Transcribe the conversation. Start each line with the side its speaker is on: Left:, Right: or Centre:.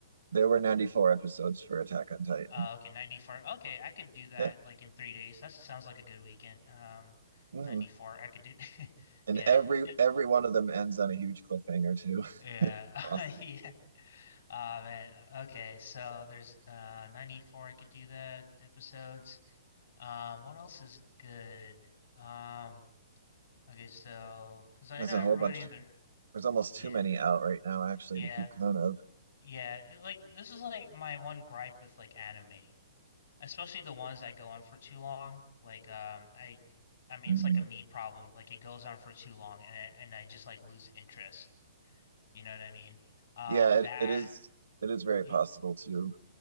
Right: There were 94 episodes for Attack on Titan.
Left: Uh, okay, 94. Okay, I could do that
Right: Yeah,
Left: like in three days. That sounds like a good weekend. Um,
Right: hmm
Left: 94. I could do. <laughs>
Right: And
Left: Yeah,
Right: every
Left: yeah,
Right: every one of them ends on a huge cliffhanger too. <laughs>
Left: yeah.
Right: Awesome.
Left: <laughs> yeah. Oh man. Okay, so there's uh 94. I could do that episodes. Um, what else is good? Um. Okay, so because I
Right: There's
Left: know
Right: a
Left: everybody
Right: whole bunch.
Left: in there.
Right: There's almost
Left: Yeah,
Right: too many out right now, actually,
Left: yeah,
Right: to keep count of.
Left: yeah. it- Like this is like my one gripe with like anime, especially the ones that go on for too long. Like um, I, I mean,
Right: Mhm.
Left: it's like a me problem. Like it goes on for too long, and I- and I just like lose interest. You know what I mean? Um,
Right: Yeah,
Left: that.
Right: it, it is. It is very
Left: y-
Right: possible too,